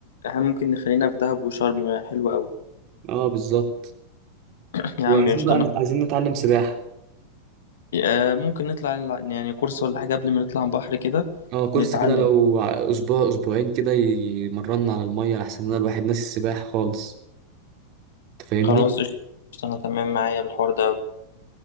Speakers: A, on the left; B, on the right.
A: احنا ممكن نخلينا في دهب وشرم حلوة قوي
B: اه بالظبط
A: <laughs> يا
B: وعايزين
A: عم قشطه
B: بقى عايزين نتعلم سباحة
A: آه، ممكن نطلع ال- يعني كورس ولا حاجة قبل ما نطلع البحر كده
B: اه كورس
A: نتعلم
B: كده لو اسبوع اسبوعين كده يمرنا على المية لحسن ان الواحد ناسي السباحة خالص انت فاهمني
A: خلاص قشطة قشطة، أنا تمام معايا الحوار ده أوي.